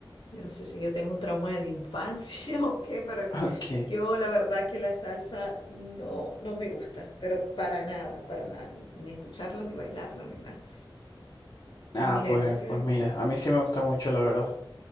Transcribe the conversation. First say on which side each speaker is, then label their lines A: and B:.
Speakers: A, on the left; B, on the left.
A: Yo no sé si yo tengo un trauma de la infancia <laughs> o qué, pero
B: <laughs> Ok.
A: yo la verdad que la salsa no, no me gusta, pero para nada, para nada, ni escucharla, ni bailarla, ni nada.
B: Ah,
A: Y mira,
B: pues,
A: eso que...
B: pues mira, a mí sí me gusta mucho, la verdad.